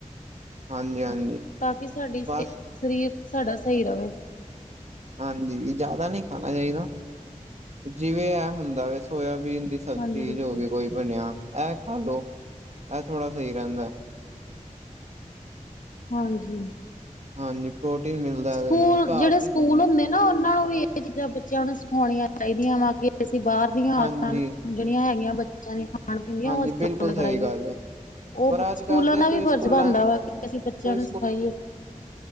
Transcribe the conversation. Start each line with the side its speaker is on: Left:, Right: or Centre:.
Right: ਹਾਂਜੀ ਹਾਂਜੀ।
Left: ਤਾਂ ਕਿ ਸਾਡੀ ਸ
Right: ਬਸ
Left: ਸਰੀਰ ਸਾਡਾ ਸਈ ਰਵੇ।
Right: ਹਾਂਜੀ। ਜਾਦਾ ਨੀ ਖਾਨਾ ਚਾਈਦਾ। ਜਿਵੇਂ ਐ ਹੁੰਦਾ ਵੇ ਸੋਏਆਬੀਨ ਦੀ ਸਬਜੀ
Left: ਹਾਂਜੀ ਬਿਲਕੁਲ।
Right: ਜੋ ਹੋਗੀ ਕੋਈ ਬਨੇਆ। ਐ ਖਾ ਲੋੋ, ਐ ਥੋੜਾ ਸਈ ਰੈਂਦਾ ਐ।
Left: ਹਾਂਜੀ।
Right: ਹਾਂਜੀ ਪ੍ਰੋਟੀਨ ਮਿਲਦਾ
Left: ਸਕੂਲ
Right: ਇਹਦੇ ਨਾਲ ਘਰ
Left: ਜਿਹੜੇ
Right: ਦੀ
Left: ਸਕੂਲ ਹੁੰਦੇ ਨਾ ਉਹਨਾਂ ਨੂੰ ਵੀ ਇਹ ਚੀਜ਼ਾਂ ਬੱਚਿਆਂ ਨੂੰ ਸਿਖਾਉਣੀਆਂ ਚਾਹੀਦੀਆਂ ਵਾ ਕਿ ਅਸੀਂ ਬਾਹਰ ਦੀਆਂ
Right: ਹਾਂਜੀ
Left: ਆਦਤਾਂ ਜਿਹੜੀਆਂ ਹੈਗੀਆਂ ਬੱਚਿਆਂ ਦੀਆਂ ਖਾਣ ਪੀਣ ਦੀਆਂ
Right: ਹਾਂਜੀ
Left: ਉਹ ਅਸੀਂ
Right: ਬਿਲਕੁਲ
Left: ਬੰਦ
Right: ਸਹੀ
Left: ਕਰਾਈਏ।
Right: ਗੱਲ ਹੈ
Left: ਉਹ
Right: ਪਰ
Left: ਬ
Right: ਅੱਜ
Left: ਸਕੂਲਾਂ
Right: ਕੱਲ ਤੇ
Left: ਦਾ
Right: ਤੁਸੀਂ
Left: ਵੀ
Right: ਸਕੂਲਾਂ
Left: ਫਰਜ਼ ਬਣਦਾ ਵਾ ਕਿ
Right: ਤੁਸੀਂ
Left: ਅਸੀਂ ਬੱਚਿਆਂ ਨੂੰ ਸਿਖਾਈਏ।